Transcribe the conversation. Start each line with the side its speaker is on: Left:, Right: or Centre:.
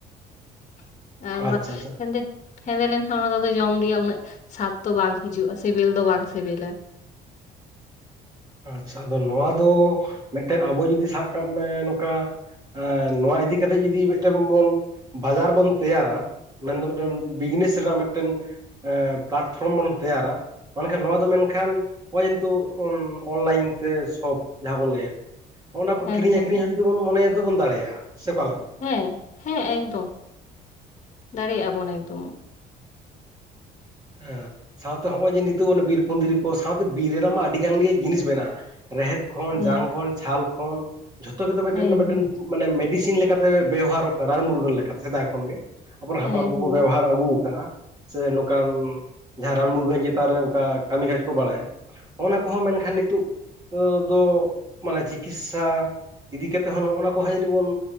Left: ᱾ ᱮᱸ
Right: ᱟᱪᱪᱷᱟ
Left: ᱚᱱᱟ
Right: ᱟᱪᱪᱷᱟ
Left: ᱦᱮᱸᱫᱮ, ᱦᱮᱸᱫᱮ ᱞᱮᱱᱠᱷᱟᱱ ᱚᱱᱟ ᱫᱚ ᱡᱚᱢ ᱜᱮᱭᱟᱜ ᱩᱱᱟᱹᱜ ᱥᱟᱫ ᱾ ᱛᱚ ᱵᱟᱝ ᱦᱤᱡᱩᱜ-ᱟ ᱥᱤᱵᱤᱞ ᱫᱚ ᱵᱟᱝ ᱥᱤᱵᱤᱞᱟ ᱾
Right: ᱟᱪᱪᱷᱟ, ᱟᱫᱚ ᱱᱚᱣᱟ ᱫᱚ ᱢᱤᱫᱴᱮᱱ ᱟᱵᱚ ᱡᱩᱫᱤ ᱥᱟᱵ ᱠᱟᱜ ᱢᱮ ᱱᱚᱠᱟ ᱾ ᱟ ᱱᱚᱣᱟ ᱤᱫᱤ ᱠᱟᱛᱮ ᱡᱩᱫᱤ ᱢᱤᱫᱴᱮᱱ ᱵᱚᱱ ᱵᱟᱡᱟᱨ ᱵᱚᱱ ᱛᱮᱭᱟᱨᱟ ᱾ ᱢᱮᱱ ᱫᱚ ᱢᱤᱫᱴᱮᱱ ᱵᱤᱡᱽᱱᱮᱥ ᱨᱮᱱᱟᱜ ᱢᱤᱫᱴᱮᱱ ᱮᱸ ᱯᱞᱟᱴᱯᱷᱨᱚᱢ ᱵᱚᱱ ᱛᱮᱭᱟᱨᱟ ᱢᱮᱱᱠᱷᱟᱱ ᱱᱚᱣᱟ ᱫᱚ ᱢᱮᱱᱠᱷᱟᱱ ᱱᱚᱜ-ᱚᱭ ᱠᱤᱱᱛᱩ ᱾ ᱚᱱᱞᱟᱭᱤᱱ ᱛᱮ ᱥᱚᱯ ᱡᱟᱦᱟᱸ ᱵᱚᱱ ᱞᱟᱹᱭᱮᱫ ᱾ ᱦᱚ-ᱱᱟ ᱠᱚ
Left: ᱦᱮᱸ
Right: ᱠᱤᱨᱤᱧ
Left: ᱦᱮᱸ
Right: ᱟᱹᱠᱠᱷᱨᱤᱧ ᱦᱟᱹᱵᱤᱡ ᱫᱚ ᱵᱚᱱ ᱢᱚᱱᱮᱭᱟ ᱛᱚᱵᱚᱱ ᱫᱟᱲᱮᱭᱟᱜ-ᱟ, ᱥᱮ ᱚᱠᱟ ᱞᱮᱠᱟ?
Left: ᱦᱮᱸ, ᱦᱮᱸ, ᱮᱠᱫᱚᱢ ᱫᱟᱲᱮᱭᱟᱜ-ᱟ ᱵᱚᱱ ᱮᱠᱫᱚᱢ ᱾
Right: ᱦᱮᱸ ᱥᱟᱶᱛᱮ ᱦᱚᱜ-ᱚᱭ ᱡᱮ ᱱᱤᱛᱚᱜ ᱵᱤᱨ ᱠᱩᱸᱫᱽᱨᱤ ᱠᱚ ᱥᱟᱶᱛᱮ ᱵᱤᱨ ᱨᱮᱱᱟᱜ ᱢᱟ ᱟᱹᱰᱤ ᱜᱟᱱ ᱜᱮ ᱡᱤᱱᱤᱥ ᱢᱮᱱᱟᱜᱼᱟ ᱾ ᱨᱮᱦᱮᱫ ᱠᱷᱚᱱ
Left: ᱦᱮᱸ
Right: ᱡᱟᱝ ᱠᱷᱚᱱ ᱪᱷᱟᱞ ᱠᱷᱚᱱ ᱡᱷᱚᱛᱚ ᱜᱮᱛᱚ ᱢᱮᱴᱮᱱ
Left: ᱦᱮᱸ
Right: ᱵᱟ ᱢᱮᱴᱮᱱ ᱢᱟᱱᱮ ᱢᱮᱰᱤᱥᱤᱱ ᱞᱮᱠ ᱠᱟᱛᱮ ᱵᱮᱣᱦᱟᱨᱚᱜ ᱠᱟᱱ ᱨᱟᱱ ᱢᱩᱨᱜᱟᱹᱱ ᱞᱮᱠᱟ ᱥᱮᱫᱟᱭ ᱠᱷᱚᱱ ᱜᱮ ᱾ ᱟᱵᱚᱨᱮᱱ
Left: ᱦᱮᱸ
Right: ᱦᱟᱯᱲᱟᱢ
Left: ᱦᱮᱸ
Right: ᱠᱚᱠᱚ ᱵᱮᱵᱚᱦᱟᱨ ᱟᱹᱜᱩ ᱠᱟᱜᱼᱟ, ᱥᱮ ᱠᱟᱱ ᱡᱟᱦᱟᱸ ᱨᱟᱱ ᱢᱩᱨᱜᱟᱹᱱ ᱪᱮᱛᱟᱱ ᱨᱮ ᱚᱱᱠᱟ ᱠᱟᱹᱢᱤ ᱠᱟᱡᱽ ᱠᱚ ᱵᱟᱲᱟᱭᱟ ᱾ ᱦᱚᱱᱟ ᱠᱚᱦᱚᱸ ᱢᱮᱱᱠᱷᱟᱱ ᱱᱤᱛᱳᱜ ᱠᱚ ᱫᱚ ᱢᱟᱱᱮ ᱪᱤᱠᱤᱥᱥᱟ ᱤᱫᱤ ᱠᱟᱛᱮᱜ ᱦᱚᱸ ᱱᱚᱜᱼᱚ ᱱᱟ ᱠᱚ ᱦᱟ ᱡᱟᱹᱱᱤᱡ ᱵᱚᱱ